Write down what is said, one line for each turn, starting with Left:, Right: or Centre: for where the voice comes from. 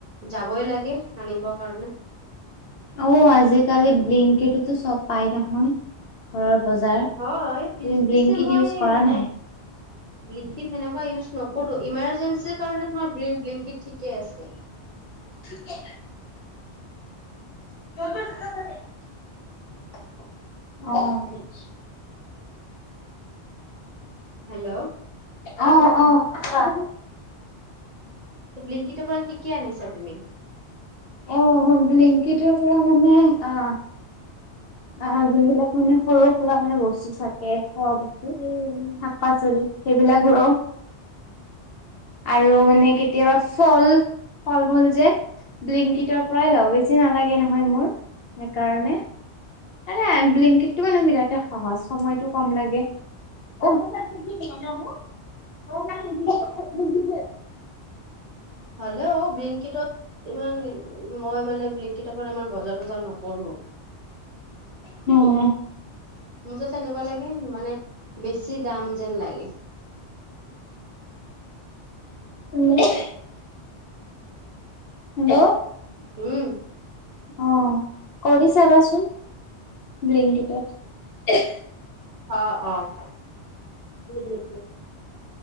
Right: যাবই লাগে আনিব কাৰণে।
Left: অঁ, আজিকালি ব্লিংকিতো চব পাই নহয় ঘৰৰ বজাৰ।
Right: হয়, পিছ
Left: তুমি
Right: পিছে
Left: ব্লিংকিট
Right: মই
Left: ইউজ কৰা
Right: মই
Left: নাই
Right: ব্লিংকিত সেনেকুৱা ইউজ নকৰো। ইমাৰ্জেঞ্চিৰ কাৰণে তোমাৰ ব্লিং ব্লিংকিড ঠিকেই আছে।
Left: <inaudible> অঁ
Right: হেল্ল।
Left: অ', অ', কোৱা।
Right: বিলিংকিটোৰ পৰা কি কি আনিছা তুমি?
Left: অ' বিলিংকিটোৰ পৰা মানে অ'। অ' যোনবিলাক মানে সৰু সুৰা মানে বস্তু চাকে খোৱা বস্তু সেই। শাক পাচলি সেইবিলাক লওঁ, আৰু মানে কেতিয়াবা ফল, ফল মূল যে বিলংকিটৰ পৰাই লওঁ বে বেছি নালাগে নহয় মোৰ সেইকাৰণে। আৰে বিলিংকিটো মানে বিৰাটতে সহজ সময়তটো কম লাগে। <unintelligible>
Right: হ'লেও বিলিংকিটত ইমান মই মানে বিংকিতৰ পৰা ইমান বজাৰ চজাৰ নকৰোঁ।
Left: হম।
Right: মোৰ যে তেনেকুৱা লাগে মানে, বেছি দাম যেন লাগে।
Left: <unintelligible> হেল্ল'।
Right: হম।
Left: অ' কৰি চাবাচোন বিলিংকিটিত।
Right: অ', অ'।
Left: <unintelligible>